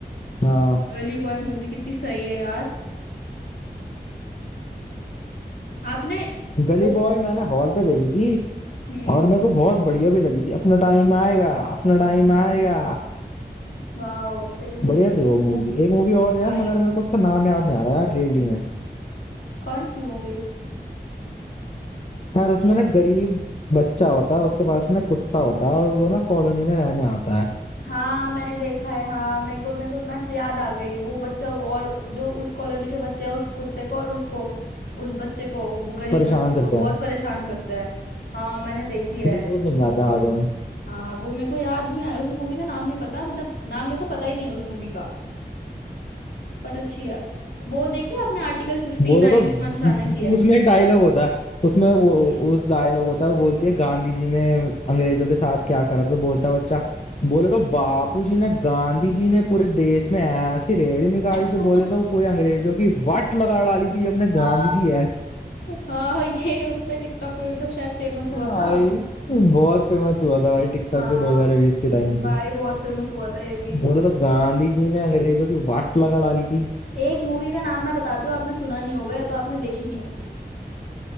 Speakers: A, on the left; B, on the left.
A: हाँ
B: गली बॉय मूवी कितनी सही है यार आपने
A: गली
B: वो
A: बॉय मैंने हॉल पे देखी थी
B: हम्म
A: और मेरे को बहुत बढ़िया भी लगी थी अपना टाइम आएगा अपना टाइम आएगा
B: वाओ तेरे जैसे
A: बढ़िया
B: सामने
A: थी वो मूवी
B: वाला
A: एक मूवी और यार
B: पाएगा।
A: मगर मेरे को उसका नाम याद नहीं आ रहा यार रियली में
B: कौन सी मूवी
A: यार उसमें ना गरीब बच्चा होता है उसके पास ना कुत्ता होता है और वो ना कॉलोनी में रहने आता है
B: हाँ मैंने देखा है हाँ मेरे को मेरे को मैं से याद आ गई वो बच्चा वो और जो उस कॉलोनी के बच्चे हैं उस कुत्ते को और उसको उस बच्चे को वो गरीब
A: परेशान
B: बच्चे को
A: करते
B: बहुत
A: हैं
B: परेशान करते हैं हाँ मैंने देखी है
A: फिर वो दोस्त बन जाते हैं बाद में
B: हाँ वो मेरे को याद नहीं आया उस मूवी का नाम नहीं पता मतलब नाम मेरे को पता ही नहीं है उस मूवी का पर अच्छी है वो देखी है आपने आर्टिकल फिफ्टीन
A: बोलो तो
B: आयुष्मान खुराना की है
A: उसमें एक डायलॉग होता है उसमें
B: कौन
A: वो
B: सी
A: उस डायलॉग होता है वो बोलती है गांधी जी ने अंग्रेजों के साथ क्या करा था?" तो बोलता है बच्चा बोले तो बापू जी ने गांधी जी ने पूरे देश में ऐसी रैली निकाली
B: <laughs>
A: तो बोले तो पूरे अंग्रेजों की वाट लगा डाली थी अपने
B: हाँ
A: गांधी जी ऐसे
B: हाँ ये उस पे टिकटॉक पे भी तो शायद फेमस हुआ
A: भाई
B: था
A: बहुत फेमस हुआ था भाई टिकटॉक
B: हाँ
A: पे 2020 के टाइम
B: भाई
A: पे
B: बहुत फेमस हुआ था ये भी
A: बोले तो गांधी जी ने अंग्रेजों की वाट लगा डाली थी
B: एक मूवी का नाम मैं बताती हूँ आपने सुना नहीं होगा या तो आपने देखी नहीं होगी